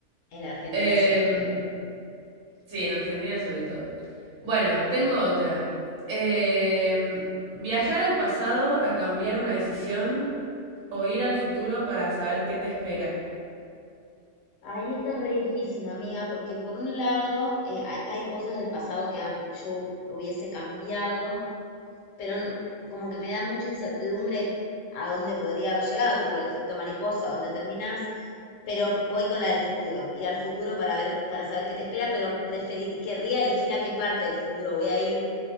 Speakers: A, on the left; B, on the right.
A: En Argentina
B: Em,
A: sobre todo.
B: sí, en Argentina sobre todo. Bueno, tengo otra. Em, viajar al pasado a cambiar una decisión o ir al futuro para saber qué te espera.
A: Ahí está re difícil, amiga, porque por un lado eh, hay, hay cosas del pasado que am- yo hubiese cambiado, pero no- como que me da mucha incertidumbre a dónde podría haber llegado, tipo el efecto mariposa, dónde terminás, pero voy con la del futuro, ir al futuro para ver, para saber qué te espera, pero preferir, querría elegir a qué parte del futuro voy a ir,